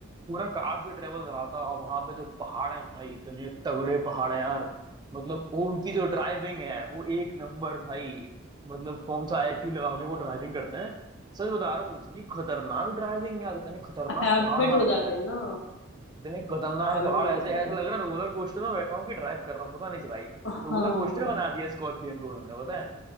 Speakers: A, on the right (about 20°); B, on the left (about 65°).
A: पूरा कार से ट्रेवल रहा था और वहां पे जो पहाड़ है भाई इतने तगड़े पहाड़ हैं यार मतलब वो उनकी जो ड्राइविंग है वो एक नंबर भाई मतलब कौन सा आईक्यू लगा के वो ड्राइविंग करते हैं सच बता रहा हूँ इतनी खतरनाक ड्राइविंग यार इतने खतरनाक
B: हैबिट
A: पहाड़ वहां
B: हो जाते
A: पे है
B: हैं ना
A: इतने खतरनाक
B: हैबिट
A: पहाड़
B: हो जाते
A: ऐसे ऐसा
B: हैं
A: लग रहा है रोलर कोस्टर में बैठा हूँ कि ड्राइव कर रहा हूँ पता नहीं भाई
B: हाँ
A: रोलर कोस्टर बना दिया स्कॉर्पियन को उन्होंने पता है